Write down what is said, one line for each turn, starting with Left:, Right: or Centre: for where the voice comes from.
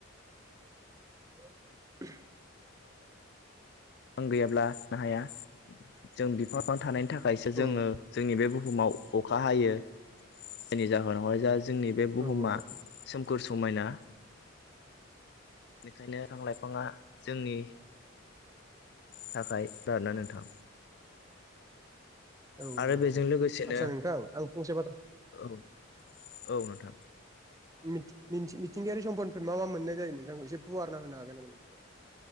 Right: <inaudible>
Left: फां गैयाब्ला हाया जों बिफां लाइफां थानायनि थाखाय थाखायसो
Right: औ
Left: जोङो जोंनि बे बुहुमाव अखा हायो जेनि जाहोनावाय जा जोंनि बे बुहुमा
Right: औ
Left: सोमखोर समायना बेनिखायनो बिफां लाइफाङा जोंनि थाखाय जादोना नोंथां
Right: औ
Left: आरो बेजों
Right: औ
Left: लोगोसेनो
Right: आदसा नोंथां आं फंसे बाथ्रा
Left: औ औ नोंथां
Right: मिथिं मिथिं मिथिंगायारि सम्पदफोर मा मा मोननाय जायो नोंथांखौ एसे फुवारना होनो हागोन नामा नोंथां